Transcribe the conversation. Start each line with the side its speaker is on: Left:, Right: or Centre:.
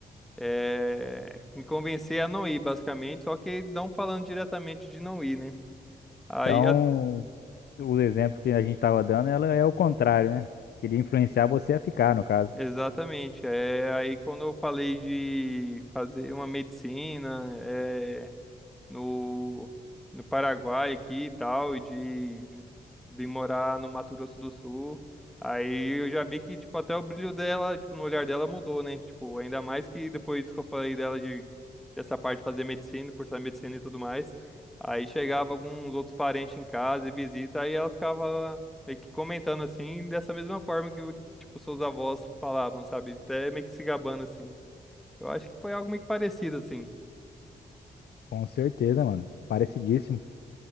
Centre: é, me convencer a não ir, basicamente, só que não falando diretamente de não ir, né? Aí,
Left: Então,
Centre: a-
Left: o exemplo que a gente estava dando, ela é o contrário, né? Queria influenciar você a ficar, no caso.
Centre: exatamente, é, aí quando eu falei de fazer uma medicina, é, no, no Paraguai aqui e tal, e de, de vir morar no Mato Grosso do Sul. Aí eu já vi que, tipo, até o brilho dela, tipo, no olhar dela mudou, né? Tipo, ainda mais que depois que eu falei dela de dessa parte de fazer medicina, cursar medicina e tudo mais. Aí chegava alguns outros parentes em casa e visita, aí ela ficava meio que comentando assim, dessa mesma forma que, tipo, seus avós falavam, sabe? Até meio que se gabando assim. Eu acho que foi algo meio que parecido assim.
Left: Com certeza, mano. Parecidíssimo.